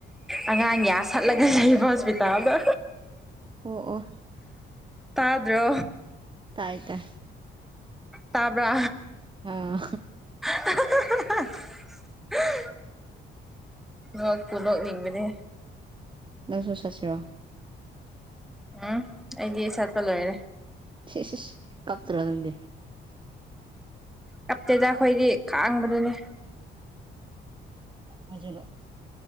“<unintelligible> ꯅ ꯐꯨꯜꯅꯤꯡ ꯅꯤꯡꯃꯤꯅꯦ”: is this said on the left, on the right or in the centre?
Centre